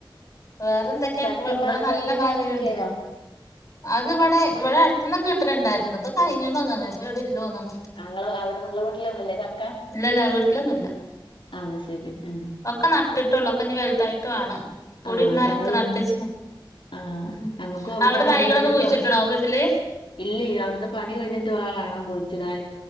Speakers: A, on the left (about 35°); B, on the left (about 75°).
A: വേറെ എന്തൊക്കെയാ
B: ചക്കിം മാ
A: ഇവിടെ നല്ല
B: ചക്കിം
A: മഴ
B: മാങ്ങൊക്കെ
A: വരുണ്ട്
B: കഴിഞ്ഞോ?
A: അതിവിടേ ഇവ്ടെ അടുത്തുന്നൊക്കെ കിട്ടല് ണ്ടാര്ന്നു ഇപ്പൊ കഴിഞ്ഞ്ന്ന്തോന്നണ് പ്പഎവി തോന്ന്ണ്
B: ആങ്ങള് അവിടെ നിങ്ങളെ വീട്ടിലൊന്നുല്ലേ ചക്ക?
A: ഇല്ലല്ല വീട്ടിലൊന്നല്ല
B: അത് ശരി ആഹ്
A: ഒക്കെ നട്ടിട്ടൊള്ളൂ ഒക്കെ ഇനി വലുതായിട്ട് വേണം കൂടിരുന്നോരൊക്കെ
B: ആഹ് ഞങ്ങൾ ഇവിടുന്ന്
A: നട്ടച്ച് ഉ
B: ആഹ്
A: ഹും
B: ഞങ്ങൾക്കും അവിടുത്തെ
A: -അവിടെ
B: പണി
A: തൈകളൊക്കെ
B: കഴിഞ്ഞിട്ട്
A: കുഴിച്ചിട്ടുണോ
B: വേണം
A: വീട്ടില്
B: ഇല്ലേ അവിടുത്തേ പണി കഴിഞ്ഞിട്ട് വ് വേണം കുഴി ഇടാന്